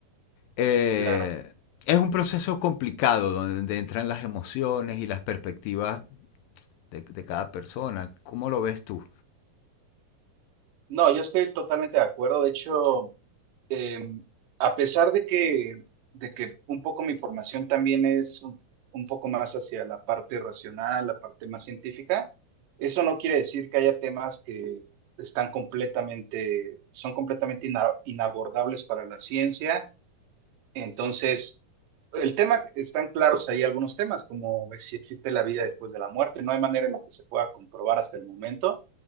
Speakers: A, on the left; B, on the right.
A: Eh,
B: Claro.
A: es un proceso complicado donde entran las emociones y las perspectivas de, de cada persona. ¿Cómo lo ves tú?
B: No, yo estoy totalmente de acuerdo. De hecho, eh, a pesar de que, de que un poco mi formación también es un, un poco más hacia la parte racional, la parte más científica, eso no quiere decir que haya temas que están completamente, son completamente ina- inabordables para la ciencia. Entonces, el tema, están claros ahí algunos temas, como pues, si existe la vida después de la muerte, no hay manera en la que se pueda comprobar hasta el momento,